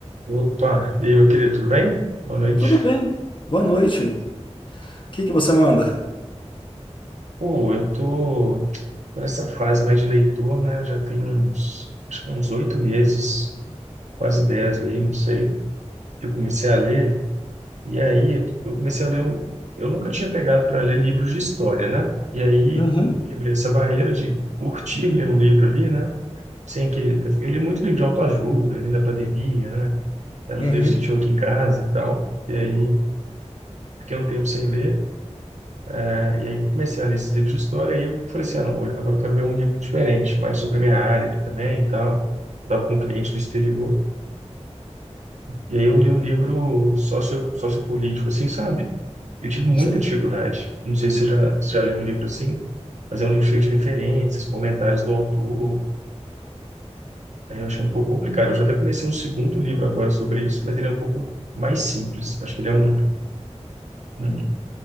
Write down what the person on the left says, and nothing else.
Tudo bem. Boa noite. O que que você manda?
Uhum,
uhum,
sei.